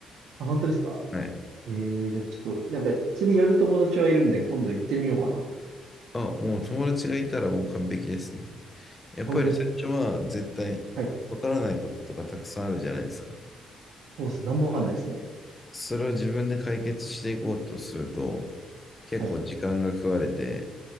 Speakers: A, on the right (about 75°); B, on the left (about 20°).
A: あ、本当ですか
B: はい。
A: ええじゃあちょっと、なんか釣りやる友達はいるんで、今度行ってみようかな。
B: あ、もう友達がいたらもう完璧ですね。やっぱり最初は絶対わからないこととかたくさんあるじゃないですか。
A: 本当ですかはい。そうっす。なんもわかんないですね。
B: だからそれを自分で解決していこうとすると、結構時間が食われて、
A: はい。